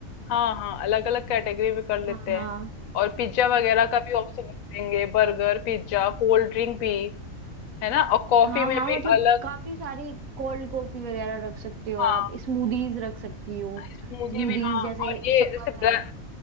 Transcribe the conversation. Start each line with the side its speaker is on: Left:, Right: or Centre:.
Left: हाँ हाँ अलग अलग कैटेगरी में कर लेते
Right: हाँ हाँ
Left: हैं और पिज्जा वगैरह का भी ऑप्शन रख देंगे बर्गर पिज्जा कोल्ड ड्रिंक भी है ना और कॉफी
Right: हाँ
Left: में
Right: हाँ
Left: भी
Right: मतलब
Left: अलग
Right: काफी सारी कोल्ड कॉफी वगैरह रख सकते हो
Left: हाँ
Right: आप स्मूदीज रख सकती हो
Left: स्मूदी
Right: स्मूदीज
Left: भी हाँ
Right: जैसे
Left: और ये
Right: समर
Left: जैसे ब्लैक
Right: है